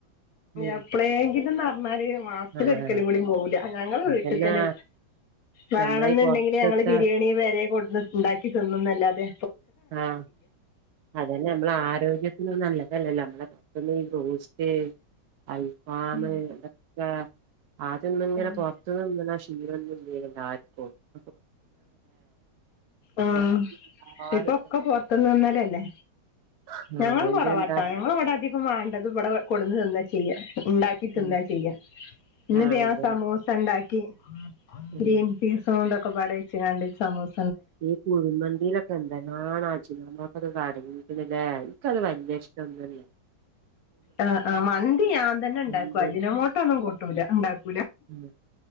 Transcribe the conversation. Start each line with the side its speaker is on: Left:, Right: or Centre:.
Right: ഉം
Left: എപ്പളെങ്കിലുംന്ന് പറഞ്ഞാല് മാസത്തില്
Right: ആഹ്
Left: ഒരിക്കലും പോലും പോവൂല്ല. ഞങ്ങള്
Right: അതന്നെ
Left: വീട്ടിൽ തന്നെ വേണെന്നുണ്ടെങ്കില്
Right: നമ്മളെ ഈ പൊറത്ത്ത്തെ
Left: ഞങ്ങള് ബിരിയാണി വരെ കൊടു ഉണ്ടാക്കി തിന്നുന്നല്ലാതെ.
Right: ആഹ അതന്നെ നമ്മള ആരോഗ്യം. നല്ലതല്ലല്ലോ നമ്മളെ പെട്ടെന്ന് <unintelligible> അൽഫാമ്
Left: ഉം
Right: ഇതൊക്കെ ആദ്യൊന്നും ഇങ്ങനെ
Left: ആഹ്
Right: പുറത്തുനിന്ന ശീല <unintelligible>
Left: ആഹ്
Right: പൊറത്ത്ന്നെല്ലാരും
Left: ദിപ്പം ഒക്കെ പൊറത്തുന്ന് നിന്നാലല്ലെ
Right: ആഹ്
Left: ഞങ്ങൾ
Right: അതോണ്ടെന്താ
Left: കൊറവാട്ടാ ഞങ്ങള് ഇവിടെ അധികം വേണ്ടത് ഇവിടെ കൊടുന്ന് തന്നെ ചെയ്യ ഉണ്ടാക്കി തിന്ന
Right: ഉം
Left: ചെയ്യ ഇന്നിത്
Right: ആഹ്
Left: ഞാ
Right: അതന്നെ
Left: സമോസ ഇണ്ടാക്കി
Right: ഉം
Left: ഗ്രീൻപീസും ഇതൊക്കെ പാടേവെച്ചുകാണ്ട് സമോസ
Right: ഈ കുഴിമന്തീലൊക്കെ എന്തെന്നാണാ മ്മക്കത് കടങ്ങിരിക്കുന്നില്ലേ ഇയ്ക്കത് വലിയ ഇഷ്ടം തന്നെ
Left: ആ ആ മന്തി ഞാൻ തന്നെ ണ്ടാക്കും
Right: എന്ത്
Left: അജിനോമോട്ടോന്നും കൂട്ടൂല ഉണ്ടാക്കും
Right: ഉം